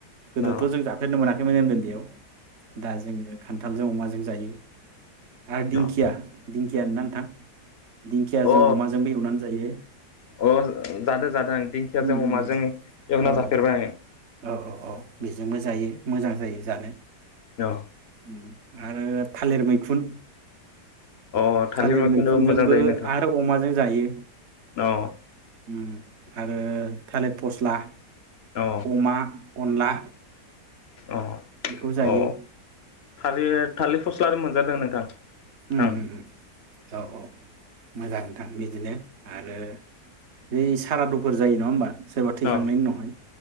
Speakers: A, on the right; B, on the left.
A: गोदोथ'
B: न'
A: जों जाफेरनो मोना खैमोन उन्दैयाव दा जोङो खान्थालजों अमाजों जायो आरो
B: न'
A: दिंखिया दिंखिया होनो नोंथां दिंखिया
B: अ
A: जों अमाजोंबो एवनानै जायो
B: अ जादो जादों आं दिंखियाजों
A: उम उम
B: अमाजों
A: उम
B: एवना
A: औ
B: जाफेरबाय
A: औ औ औ बेजोंबो जायो मोजां जायो जानो
B: औ
A: उम आरो थालेर मैखुन
B: अ थालिर
A: थालेर
B: मैखुनबो
A: मैखुनजोंबो
B: मोजां जायो नोंथां
A: आरो अमाजों जायो
B: अ
A: उम आरो थालिर फस्ला
B: अ
A: अमा अनला
B: अ
A: बेखौ जायो
B: अ थालिर थालिर फस्ला दो मोनजादो नोंथां
A: उम उम
B: आं
A: उम औ औ मोजां नोंथां बि दिनो आरो बै सारादुफोर जायो नङा होमबा सोरबा थैखांनायनि
B: औ
A: उनावहाय